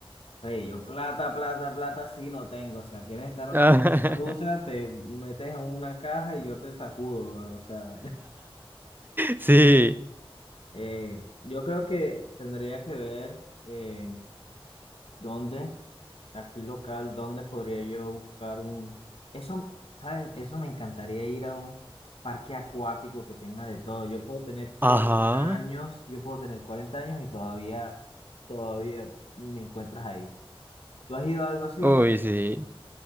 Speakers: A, on the left; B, on the right.
A: Oye, yo plata, plata, plata sí no tengo. O sea, quieres estar en
B: <laughs>
A: una montaña rusa, te metes en una caja y yo te sacudo, bro. O sea,
B: Sí.
A: <laughs> eh, yo creo que tendría que ver eh, dónde, aquí local, dónde podría yo buscar un... Eso, ¿sabes? Eso me encantaría ir a un parque acuático que tenga de todo. Yo puedo tener
B: Ajá.
A: 40 años, yo puedo tener 40 años y todavía, todavía me encuentras ahí. ¿Tú has ido a algo así?
B: Uy, sí.